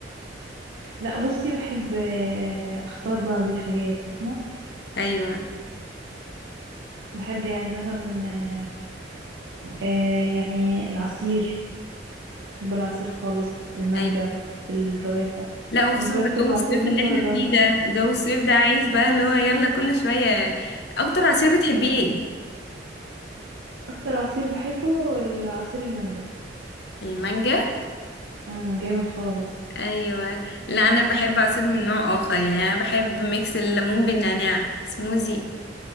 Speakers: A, on the right (about 80°); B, on the left (about 60°).
A: لا بصي بحب آه، اختار بقى بين حاجات فاهمة
B: ايوه
A: بحب يعني مثلا آه، آه، يعني العصير بحب العصير خالص المانجا
B: ايوه
A: الجوافة
B: لا وخصوصا
A: انتي بقى
B: في
A: بتحبي
B: جو
A: العصير
B: الصيف
A: المانجا
B: اللي احنا
A: ولا الجوافة
B: فيه ده جو الصيف ده عايز بقى اللي هو يلا كل شويه اكتر عصير بتحبيه ايه
A: اكتر عصير بحبه العصير المانجا
B: المانجا
A: امم جامد خالص
B: ايوه لا انا بحب عصير من نوع اخر يعني انا بحب ميكس الليمون بالنعناع سموزي